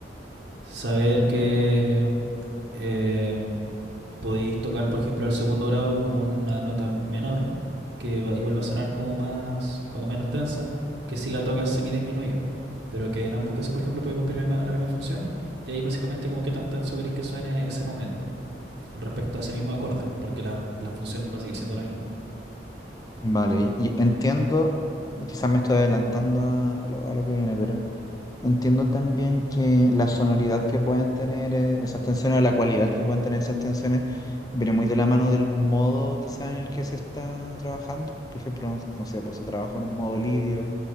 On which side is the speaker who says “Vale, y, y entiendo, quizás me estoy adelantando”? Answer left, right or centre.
Left